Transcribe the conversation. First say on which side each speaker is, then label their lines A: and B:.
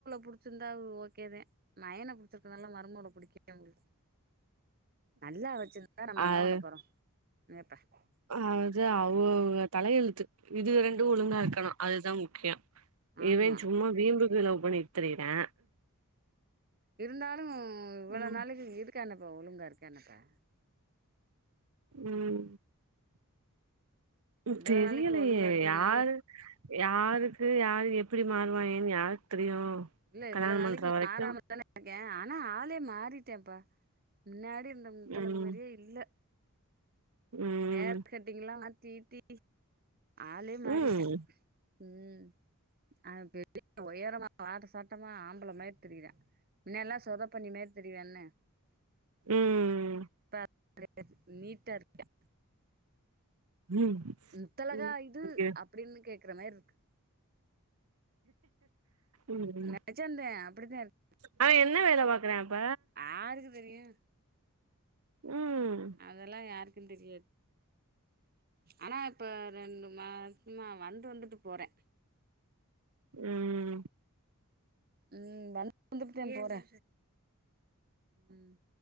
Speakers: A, on the right; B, on the right.
A: புடிச்சிருந்தா ஓகேதே மயன புடிச்சிருக்கதுனால மருமோவள புடிக்கு உங்ளுக் நல்லா வச்சிருந்தா நம்ம
B: அது
A: என்ன பண்ண போறோ <unintelligible>
B: அது அவங்கவ்ங்க தலையெழுத்து இதுக ரெண்டு
A: ஆமா
B: ஒழுங்கா ருக்கணு அதுதா முக்கியொ
A: ஆமா
B: இவே சும்மா வீம்புக்கு லவ் பண்ணிட் திரியுறா
A: இருந்தாலு இவ்வளோ
B: ம்
A: நாளைக்கு இருக்கானப்பா ஒழுங்கா இருக்கானப்பா
B: ம் ம்
A: இவ்வள
B: தெரியலையே
A: நாளைக்கு ஒழுங்கா இருக்கானே
B: யாரு யாருக்கு யாரு எப் ப்படி மாறுவாங்கேனு யார்க்கு தெரியு
A: இல்ல இவ்வளோ
B: கல்யாணம்
A: நாளைக்கு
B: பண்ற வரைக்கு
A: மாறாம தான ஏ ஆனா ஆளே மாறிட்டேன்ப்பா முன்னாடி இருந்த முத்தழகு
B: ம்
A: மாரியே இல்ல
B: ம்
A: ஹேர் கட்டிங் எல்லா மாத்தி கித்தி ஆளே மாறிட்ட
B: ம்
A: ம் அது <inaudible> உயரமா வாட்ட சாட் !!!!!!!!!!
B: ம் ம்
A: <inaudible> நீட்டா இருப்பயா
B: ம்
A: முத்தழகா
B: ம்
A: இது
B: ஓகே
A: அப்டின்னு கேக்குற மார்ருக்கு
B: ம் ம்
A: நெஜந்தே அப்டிதா இருக்கு
B: ஆனா என் என்ன வேல பாக்குறா இப்ப
A: யாருக்கு தெரியு
B: ம்
A: அதெல்லா யாருக்கு தெரியாது ஆனா இப்ப ரெண்டு மாசமா வந்து வந்துட்டு போறே
B: ம்
A: ம் வந்து <inaudible> வந்துட்டுத போறே ம்